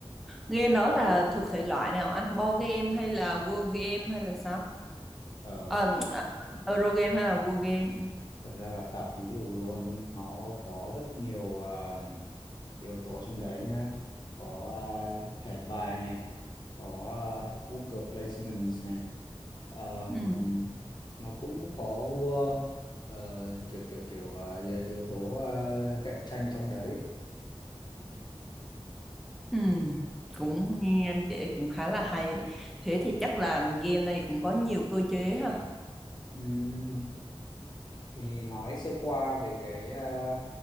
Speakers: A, in the centre; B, on the left.
A: Game đó là thuộc thể loại nào anh? Board game hay là word game hay là sao?
B: Ờ,
A: À, Euro game hay là word game?
B: thực ra là tạp pí lù luôn nó có rất nhiều à, yếu tố trong đấy nhá. Có à, thẻ bài này, có à, worker placements này. Ờm,
A: Ừ.
B: nó cũng có work, ờ, kiểu kiểu kiểu à, yếu tố à, cạnh tranh trong đấy.
A: Ừ. Cũng nghe anh kể cũng khá là hay đấy. Thế thì chắc là game này cũng có nhiều cơ chế ha.
B: Ừm, thì nói sơ qua về cái ờ,